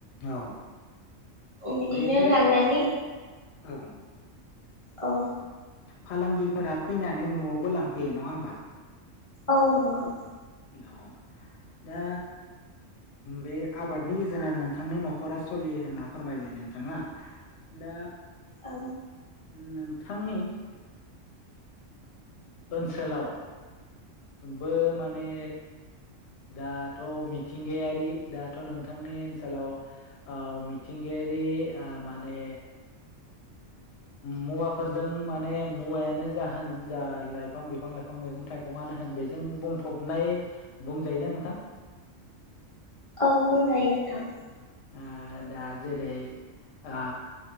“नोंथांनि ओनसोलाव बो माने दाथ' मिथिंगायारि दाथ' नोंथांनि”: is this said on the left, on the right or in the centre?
Left